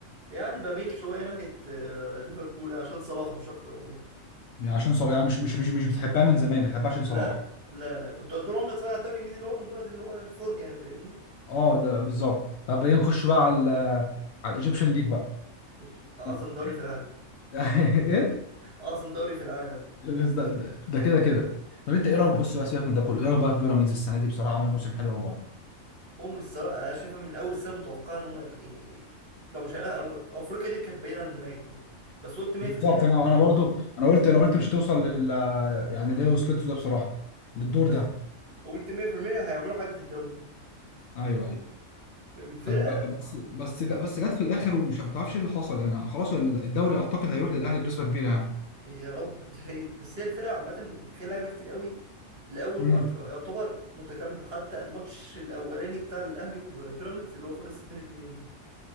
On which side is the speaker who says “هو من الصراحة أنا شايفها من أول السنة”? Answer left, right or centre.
Right